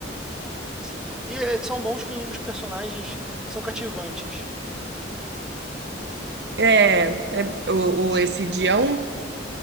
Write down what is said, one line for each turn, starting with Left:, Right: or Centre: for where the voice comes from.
Centre: Sim. E eh, são bons que os personagens são cativantes.
Right: É, é o, o esse Dião.